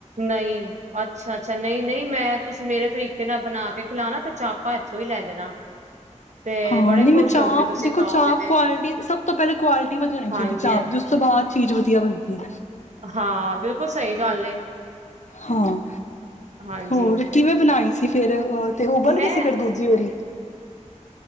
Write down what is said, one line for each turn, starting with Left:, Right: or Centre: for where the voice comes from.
Right: ਨਹੀਂ ਅੱਛਾ ਅੱਛਾ ਨਹੀਂ ਨਹੀਂ ਮੈਂ ਤੁਸੀਂ ਮੇਰੇ ਤਰੀਕੇ ਨਾਲ ਬਣਾ ਕੇ ਖਿਲਾਣਾ ਤੇ ਚਾਪਾਂ ਇੱਥੋਂ ਹੀ ਲੈ ਜਾਣਾ ਤੇ
Left: ਹਾਂ
Right: ਬੜੇ
Left: ਨਹੀਂ
Right: ਖੁਸ਼
Left: ਮੈਂ ਚਾਪ
Right: ਹੋਗੇ ਤੁਸੀਂ
Left: ਦੇਖੋ
Right: ਖਾਓਗੇ
Left: ਚਾਪ
Right: ਤੇ
Left: ਕੁਆਲਿਟੀ ਸਭ ਤੋਂ ਪਹਿਲਾਂ ਕੁਆਲਿਟੀ ਵਧ ਹੋਉਣੀ ਚਾਹੀਦੀ
Right: ਹਾਂਜੀ
Left: ਚਾਪ
Right: ਹਾਂ
Left: ਦੀ ਉਸ ਤੋਂ ਬਾਅਦ ਚੀਜ਼ ਵਧੀਆ ਬਣਦੀ
Right: ਹਾਂ ਬਿਲਕੁਲ ਸਹੀ ਗੱਲ
Left: ਹਾਂ
Right: ਹਾਂਜੀ
Left: ਹੋਰ ਕਿਵੇਂ ਬਣਾਈ ਅਸੀਂ ਫੇਿਰ ਉਹ ਤੇ ਉਬਲ
Right: ਮੈਂ
Left: ਗਈ ਸੀ ਫਿਰ ਦੂਜੀ ਵਾਰੀ